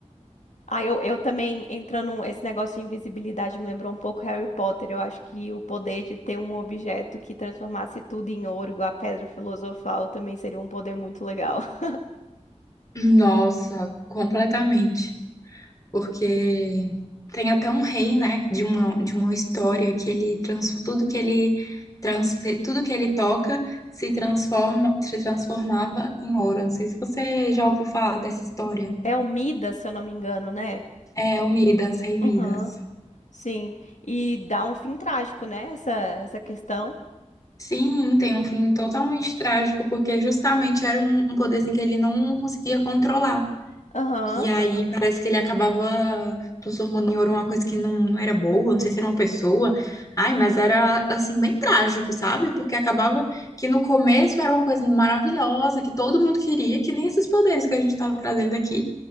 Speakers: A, on the left; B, on the left.
A: Ah, eu, eu também, entrando, um, esse negócio de invisibilidade me lembrou um pouco Harry Potter. Eu acho que o poder de ter um objeto que transformasse tudo em ouro, igual a pedra filosofal, também seria um poder muito legal. <laughs>
B: Nossa, completamente. porque tem até um rei, né, de uma, de uma história que ele trans, tudo que ele trans, tudo que ele toca se transforma, se transformava em ouro. Não sei se você já ouviu falar dessa história.
A: É o Midas, se eu não me engano, né?
B: É, o Midas, Rei Midas.
A: Aham, sim. E dá um fim trágico, né? Essa, essa questão.
B: Sim, tem um fim totalmente trágico, porque justamente era um, um poder assim, que ele não conseguia controlar.
A: Aham,
B: E aí parece que ele acabava transformando em ouro uma coisa que não, não era boa, não sei se era uma pessoa. Ai, mas era assim, bem trágico, sabe? Porque acabava que no começo era uma coisa maravilhosa, que todo mundo queria, que nem esses poderes que a gente estava trazendo aqui.